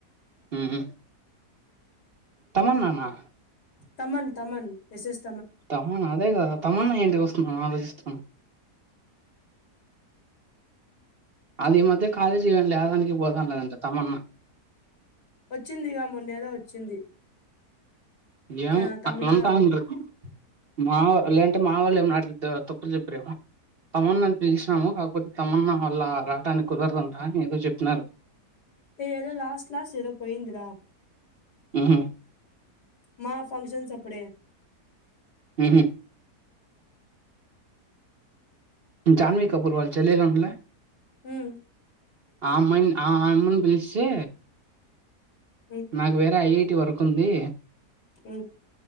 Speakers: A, on the right; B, on the left.
A: ఉ హ్ తమన్నానా
B: తమన్ తమన్ ఎస్ ఎస్
A: తమన్ అదే కదా తమన్నా ఏంటికి వస్తుంది అని ఆలోచిస్తూ <unintelligible> అది ఈ మధ్య కాలేజీ ఇవెంట్ ఆదానికి పోతాంలేదంటే తమన్నా
B: వచ్చిందిగా మొన్నేదో వచ్చింది
A: ఏమో
B: త- తమిళనాడులో
A: అట్లా అంట ఉండ్రి మాఓ లేదంటే మా వాళ్ళు ఏమో రావట్లే దో తప్పులు చెప్పరేమో తమన్నా అని పిలిచినాము కాకపోతే తమన్నా వాళ్ళ రావటానికి కుదరదంటా అని ఏదో చెప్పిన్నారు
B: ఏదో లాస్ట్ లాస్ట్ ఏదో పోయిందిరా
A: ఉహు
B: మా ఫంక్షన్స్ అప్పుడే
A: హ్ హ్ ఉ జాన్వీ కపూర్ వాల్ చెల్లెలుండ్లే
B: ఉమ్,
A: ఆ అమ్మాయిను ఆ అమ్మని పిలిస్తే
B: ఉమ్,
A: నాకు వేరే ఐఐటి వర్క్ ఉంది
B: ఊ